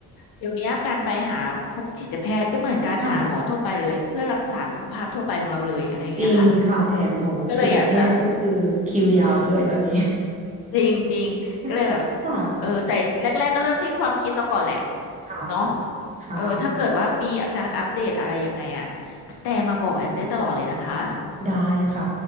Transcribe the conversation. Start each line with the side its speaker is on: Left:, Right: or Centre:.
Left: เดี๋ยวนี้การไปหาพบจิตแพทย์ก็เหมือนการหาหมอทั่วไปเลยเพื่อรักษาสุขภาพทั่วไปของเราเลยอะไรอย่างเงี้ยค่ะ
Right: ค่ะจริงค่ะแถมหมอจิตแพทย์ก็คือคิวยาวด้วยตอนนี้
Left: ก็เลยอยากจะจริงจริงก็เลยแบบ
Right: <laughs> ค่ะ
Left: เออแต่แรกๆก็เริ่มที่ความคิดเราก่อนแหละ
Right: ค่ะ
Left: เนาะ
Right: ค่ะ
Left: เออถ้าเกิดว่ามีอาการอัปเดตอะไรยังไงอ่ะพี่แต่มาบอกแอมได้ตลอดเลยนะคะ
Right: ได้ค่ะ